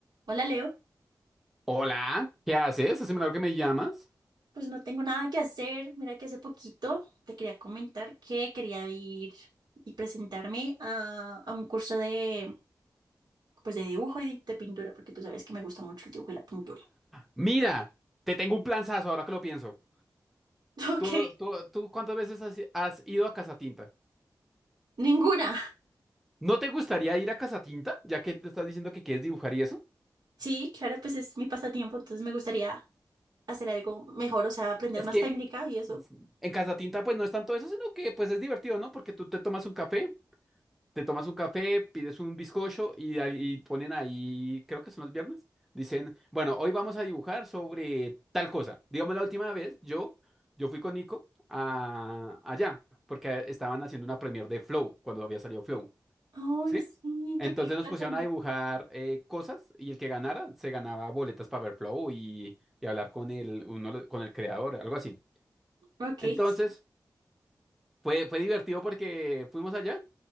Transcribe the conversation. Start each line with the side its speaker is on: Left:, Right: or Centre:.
Right: Hola Leo,
Centre: Hola, ¿qué haces? Hace milagro que me llamas.
Right: pues no tengo nada que hacer. Mira que hace poquito te quería comentar que quería ir y presentarme a, a un curso de, pues de dibujo y de, de pintura, porque tú sabes que me gusta mucho el dibujo y la pintura.
Centre: Mira, te tengo un planzazo ahora que lo pienso.
Right: <laughs> Ok.
Centre: ¿Tú, tú, tú cuántas veces has, has ido a Casa Tinta?
Right: Ninguna.
Centre: ¿No te gustaría ir a Casa Tinta, ya que te estás diciendo que quieres dibujar y eso?
Right: Sí, claro, pues es mi pasatiempo, entonces me gustaría hacer algo mejor, o sea, aprender
Centre: Es
Right: más
Centre: que
Right: técnica y eso.
Centre: en Casa Tinta pues no es tanto eso, sino que pues es divertido, ¿no? Porque tú te tomas un café te tomas un café, pides un bizcocho y, ahí y ponen ahí, creo que son los viernes, dicen, bueno, hoy vamos a dibujar sobre tal cosa. Digamos, la última vez yo, yo fui con Nico a, allá, porque estaban haciendo una premiere de Flow, cuando había salido Flow,
Right: Ay,
Centre: ¿sí?
Right: sí,
Centre: Entonces
Right: qué película
Centre: nos pusieron
Right: también.
Centre: a dibujar eh, cosas y el que ganara se ganaba boletas para ver Flow y, y hablar con el, uno, con el creador, algo así.
Right: Ok,
Centre: Entonces
Right: sí.
Centre: fue, fue divertido porque fuimos allá.